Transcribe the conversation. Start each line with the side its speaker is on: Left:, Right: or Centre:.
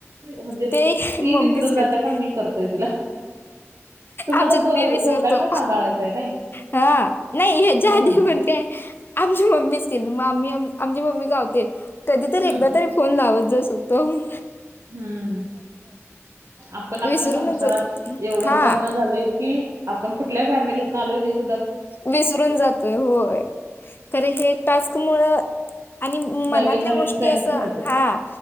Right: म्हणजे ती
Left: ते मम्मीच
Right: विसरून जाते
Left: करते
Right: पण मी करतोय तिला. तुम्हाला
Left: आमच्यात
Right: दो
Left: मी विसरतो,
Right: दोघांना सांभाळायचं आहे नाही
Left: हां. नाही, ह्याच्या
Right: म्हणून
Left: आधी पण काय आमची मम्मीच तेज मामी, आमची मम्मी कावते, कधी तरी
Right: हम्म
Left: एकदा तरी फोन लावत जा स्व़तहून.
Right: हं, आपण आपल्या
Left: विसरूनच
Right: संसारात,
Left: जातो
Right: एवढं
Left: हा
Right: मग्न झालोय की, आपण कुठल्या फॅमिलीतनं आलोय हेच,
Left: विसरून जातोय होय, खरे हे टास्क मुळं आणि मनातल्या
Right: नवीन नवीन
Left: गोष्टी
Right: फ्रेंड्स
Left: असं,
Right: मिळतात
Left: हा,